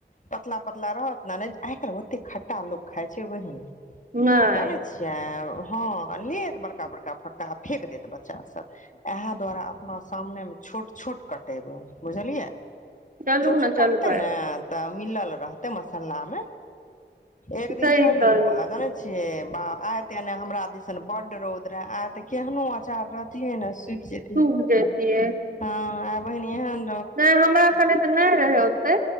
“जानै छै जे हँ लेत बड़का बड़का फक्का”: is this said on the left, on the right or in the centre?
Left